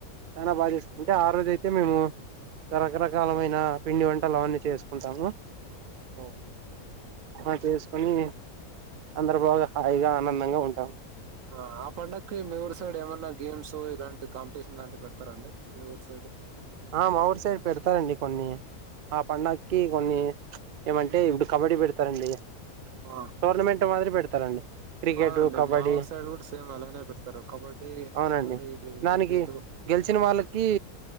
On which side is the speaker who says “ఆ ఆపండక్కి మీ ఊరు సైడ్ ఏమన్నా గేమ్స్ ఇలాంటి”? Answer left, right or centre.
Right